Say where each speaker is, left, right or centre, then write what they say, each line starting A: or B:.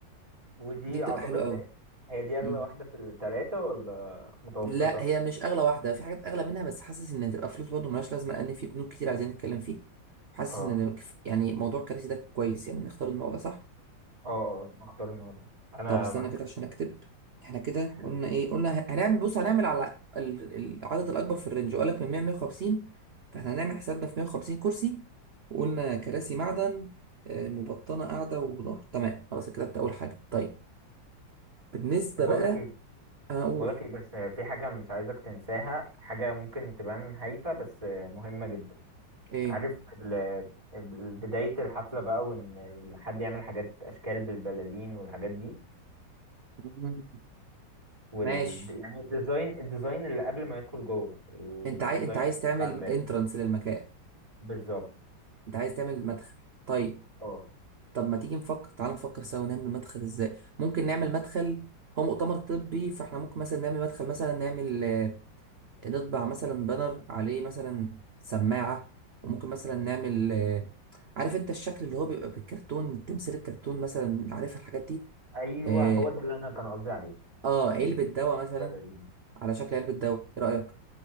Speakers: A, on the right; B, on the right.
A: ودي
B: دي بتبقى
A: اعتقد
B: حلوة قوي
A: ده- هي دي اغلى
B: مم.
A: واحده في الثلاثه ولا متوسطه
B: لا هي مش اغلى واحدة في حاجات اغلى منها بس حاسس ان هتبقى فلوس برضه ملهاش لازمة لان في بنوك كتير عايزين نتكلم فيها حاسس
A: اه
B: ان يعني موضوع الكراسي ده كويس يعني نختار النوع ده صح
A: اه اه نختار النهارده انا
B: طب استنى
A: ما هكلمك
B: كده عشان اكتب احنا كده
A: حلو
B: قلنا ايه قلنا ه- هنعمل بص هنعمل على ال- العدد الاكبر في الرينج وقالك من 100 150 فاحنا هنعمل حسابنا في 150 كرسي وقلنا كراسي معدن آه، مبطنه قاعده وظهر تمام خلاص كتبت اول حاجه طيب بالنسبه
A: بقولك
B: بقى هقول
A: بقولك ايه بس في حاجة مش عايزك تنساها حاجة ممكن تبان هايفة بس مهمة جدا
B: ايه
A: عارف ال- ال- بداية الحفلة بقى وان حد يعمل حاجات اشكال بالبلالين والحاجات دي
B: مم.
A: وال
B: ماشي
A: يعني الديزاين الديزاين اللي قبل ما يدخل جوه الديزاين
B: انت عايز انت عايز
A: اللي
B: تعمل
A: بيبقى على الباب
B: انترنس للمكان
A: بالظبط
B: انت عايز تعمل مدخل طيب
A: اه
B: طب ما تيجي نفكر تعال نفكر سوا نعمل مدخل ازاي ممكن نعمل مدخل هو مؤتمر طبي فاحنا ممكن مثلا نعمل مدخل مثلا نعمل آه، نطبع مثلا بانر عليه مثلا سماعة وممكن مثلا نعمل آه، عارف انت الشكل اللي هو بيبقى بالكرتون تمثال الكرتون مثلا عارف الحاجات دي
A: ايوه
B: اه
A: هو ده اللي انا كان قصدي عليه
B: آه، علبة
A: مش
B: دواء
A: البلالين
B: مثلا على شكل علبة دواء ايه رأيك